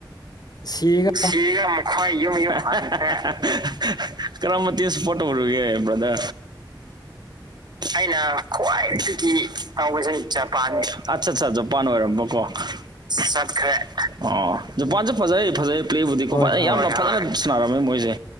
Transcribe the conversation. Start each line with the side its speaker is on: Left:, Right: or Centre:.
Left: ꯁꯤꯒ <inaudible>
Right: ꯁꯤꯒ ꯃꯈꯣꯏ ꯌꯨꯝ ꯌꯨꯝ <inaudible> ꯀꯔꯝꯕ ꯇꯤꯝ ꯁꯥꯄꯣꯠ ꯇꯧꯔꯨꯒꯦ ꯕꯥꯔꯗ꯭ꯔ ꯑꯩꯅ ꯈ꯭ꯋꯥꯏꯗꯒꯤꯗꯒꯤ ꯇꯧꯕꯁꯦ ꯖꯄꯥꯟ ꯑꯠꯆꯥ ꯑꯠꯆꯥ ꯖꯄꯥꯟ ꯑꯣꯏꯔꯝꯕ ꯀꯣ ꯆꯠꯈ꯭ꯔꯦ ꯑꯣ ꯖꯄꯥꯟꯁꯦ ꯐꯖꯩ ꯐꯖꯩ ꯄ꯭ꯂꯦꯕꯨꯗꯤꯀꯣ
Left: ꯍꯣꯏ
Right: ꯐꯖꯅ
Left: ꯍꯣꯏ
Right: ꯌꯥꯝꯅ ꯐꯖꯅ ꯁꯥꯟꯅꯔꯝꯃꯦ ꯃꯣꯏꯁꯦ